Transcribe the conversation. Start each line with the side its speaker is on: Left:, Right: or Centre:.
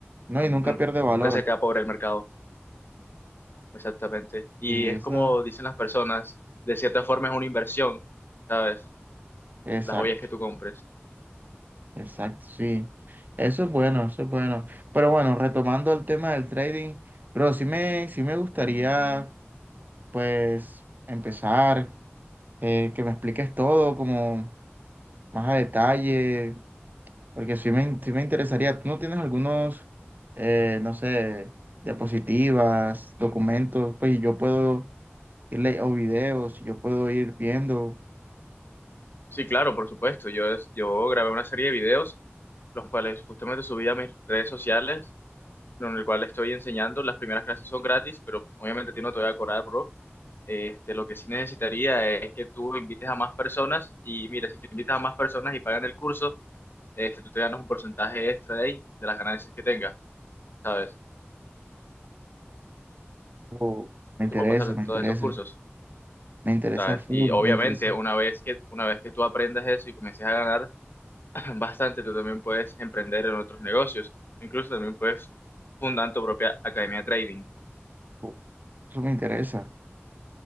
Right: no, y nunca
Left: Nun-
Right: pierde valor.
Left: Nunca se queda pobre el mercado, exactamente.
Right: Y
Left: Y es
Right: eso,
Left: como dicen las personas, de cierta forma es una inversión, ¿sabes?
Right: exacto,
Left: Las joyas que tú compres.
Right: exacto, sí. Eso es bueno, eso es bueno. Pero bueno, retomando el tema del trading, pero sí me, sí me gustaría, pues, empezar, eh, que me expliques todo como más a detalle, Porque sí me, sí me interesaría. ¿Tú no tienes algunos, eh, no sé, diapositivas, documentos? Pues yo puedo irle o videos, yo puedo ir viendo.
Left: Sí, claro, por supuesto. Yo, es- yo grabé una serie de videos, los cuales justamente subí a mis redes sociales en el cual estoy enseñando. Las primeras clases son gratis, pero obviamente a ti no te voy a cobrar, bro. Este, lo que sí necesitaría es que tú invites a más personas y mira, si te invitas a más personas y pagan el curso, este, tú te ganas un porcentaje extra de ahí, de las ganancias que tengas, ¿sabes?
Right: o me
Left: Yo
Right: interesa,
Left: te puedo pasar
Right: me interesa.
Left: todos esos cursos,
Right: Me interesa
Left: ¿sabes?
Right: full,
Left: Y obviamente
Right: me interesa.
Left: una vez que, una vez que tú aprendas eso y comiences a ganar <laughs> <clears throat> bastante, tú también puedes emprender en otros negocios, incluso también puedes fundar tu propia academia de trading.
Right: full. Eso me interesa,